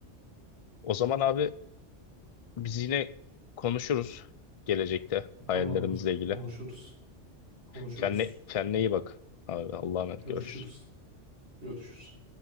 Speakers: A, on the left; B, on the right.
A: O zaman abi biz yine konuşuruz gelecekte hayallerimizle
B: Tamamdır.
A: ilgili.
B: Konuşuruz. Konuşuruz.
A: Kendine, kendine iyi bak. Abi Allah'a emanet
B: Görüşürüz.
A: görüşürüz.
B: Görüşürüz.